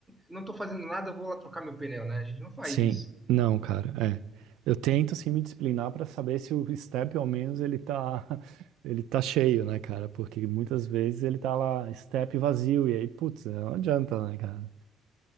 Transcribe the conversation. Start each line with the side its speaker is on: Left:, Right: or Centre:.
Centre: não tô fazendo nada, eu vou lá trocar meu pneu, né? A gente não faz
Right: sim.
Centre: isso.
Right: Não, cara, é. Eu tento, assim, me disciplinar para saber se o step, ao menos, ele tá, <laughs> ele tá cheio, né, cara? Porque muitas vezes ele tá lá, step vazio, e aí, putz, não adianta, né, cara?